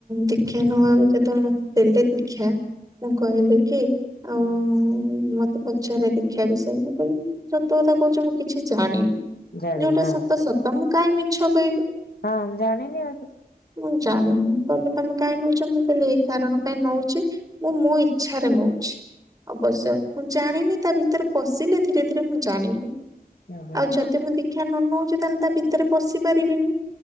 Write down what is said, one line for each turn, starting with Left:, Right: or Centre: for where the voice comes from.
Right: ଦୀକ୍ଷା ନବାକୁ ଯେତେବେଳେ ମତେ ଦେଲେ ଦୀକ୍ଷା ମୁଁ କହିଲି କି ଆଉ ହଁ ମତେ ପଚାରିଲେ ଦୀକ୍ଷା ବିଷୟରେ ମୁଁ କହିଲି ସତ କଥା କହୁଛ ମୁଁ କିଛି ଜାଣିନି।
Left: ଜାଣିନି
Right: ଯୋଉଟା
Left: ହଁ।
Right: ସତ ସତ ମୁଁ କାହିଁକି ମିଛ କହିବି।
Left: ହଁ ଜାଣନି ଆଉ
Right: ମୁଁ ଜାଣିନି କହିଲେ ତମେ କାଇ ନଉଚ ମୁଁ କହିଲି ଏଇ କାରଣ ପାଇଁ ନଉଚି। ମୁଁ ମୋ ଇଚ୍ଛାରେ ନଉଛି। ଅବଶ୍ୟ ମୁଁ ଜାଣିନି ତା ଭିତରେ ପଶିଲେ ଧୀରେ ଧୀରେ ମୁଁ ଜାଣିବି
Left: ହଁ ହୁଁ
Right: ଆଉ ଯ ଯଦି ମୁଁ ଦୀକ୍ଷା ନ ନଉଚି ତାହେଲେ ତା ଭିତରେ ପଶି ପାରିବିନି।